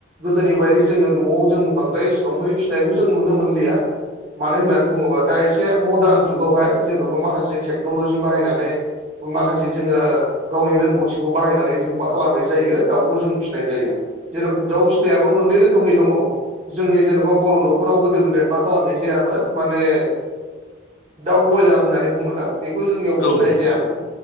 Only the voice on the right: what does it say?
गोदोनि बायदि जोङो न'आव जोंो बांद्राय एसेबां मानानि फिसिनायखौ जों नुनो मोनलिया। मानो होननानै बुङोबा दा एसे मदार्न जुगावहाय जेन'बा माखासे टेक्न'लजि बाहायनानै माखासे जोङो गावनि रोंगौथिखौ बाहायनानै जों मा खालामनाय जायो दाउखौ जों फिसिनाय जायो। जेरखम दाउ फिनायाबो मोननै रोखोमै दङ। जोंनि जेन'बा बर' न'खराव गोदो गोदाय मा खालामनाय जायामोन माने दाउ ब्रयलार होननानै बुङोना बेखौ जोंनियाव
फिसिनाय
जायामोन